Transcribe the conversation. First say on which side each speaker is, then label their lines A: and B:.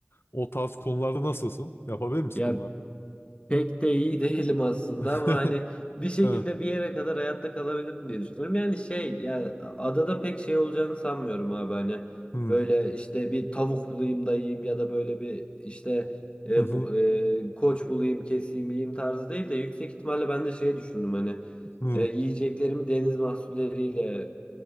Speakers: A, on the left; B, on the left.
A: O tarz konularda nasılsın? Yapabilir misin
B: Ya
A: bunları?
B: Pek de iyi <laughs> değilim aslında
A: <laughs>
B: ama hani bir şekilde
A: Hı.
B: bir yere kadar hayatta kalabilirim diye düşünüyorum. Yani şey ya adada pek şey olacağını sanmıyorum abi hani
A: Hı.
B: böyle işte bir tavuk bulayım da yiyeyim ya da böyle bir işte e,
A: Hı.
B: bu, e, koç bulayım keseyim yiyeyim tarzı değil de yüksek ihtimalle ben de şey düşündüm hani
A: Hı.
B: e, yiyeceklerimi deniz mahsulleriyle